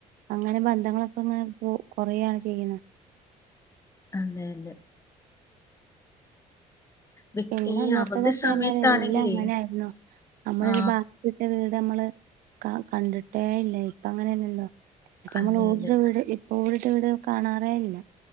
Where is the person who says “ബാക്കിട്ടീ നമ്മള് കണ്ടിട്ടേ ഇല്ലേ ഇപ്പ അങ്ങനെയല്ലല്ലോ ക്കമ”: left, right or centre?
Right